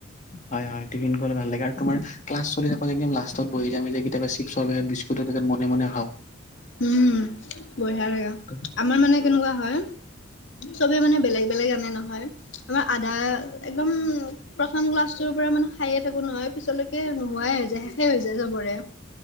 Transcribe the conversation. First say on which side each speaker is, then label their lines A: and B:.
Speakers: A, on the left; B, on the left.
A: হয় হয় টিফিন খোৱাটো ভাল লাগে আৰু তোমাৰ ক্লাচ চলি থাকোতে- এদিন লাষ্টত বহিলে আমি যে কেতিয়াবা চিপছৰ, পেকেট বিস্কুটৰ পেকেট মনে মনে খাওঁ।
B: উম বঢ়িয়া লাগে।
A: <inaudible>
B: আমাৰ মানে কেনেকুৱা হয়, চবেই মানে বেলেগ বেলেগ আনে নহয়। আমাৰ আদাৰ- একদম- প্ৰথম ক্লাছটোৰ পৰা মানে খায়েই থাকো নহয় পিছলৈকে নোহোৱাই হৈ যায়, শেষেই হৈ যায় চবৰে।